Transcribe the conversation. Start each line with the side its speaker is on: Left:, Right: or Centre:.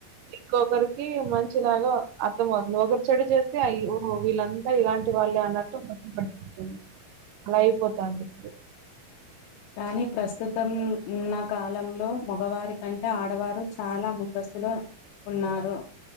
Right: ఇంకొకరికి మంచిలాగా అర్థంమవుతుంది ఒకరు చెడు చేస్తే అ వీళ్ళంతా ఇలాంటి వాళ్ళే అన్నట్టు <unintelligible> పోతుంది అలా అయిపోతాంది ఇప్పుడు
Left: కానీ ప్రస్తుతం ఉన్న కాలంలో మగవారి కంటే ఆడవారు చాలా ముందస్తు ఇలా ఉన్నారు